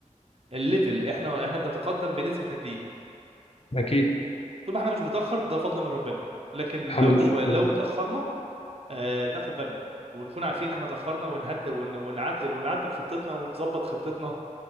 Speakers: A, on the right; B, on the left.
A: الليفل احنا احنا بنتقدم بنسبة قد ايه
B: اكيد
A: طول ما احنا مش بنتأخر ده فضل من ربنا لكن
B: الحمد
A: لو لو
B: لله
A: اتأخرنا آه ناخد بالنا ونكون عارفين ان احنا اتأخرنا ونهدى ون- ونعدل ونعدل خطتنا ونظبط خطتنا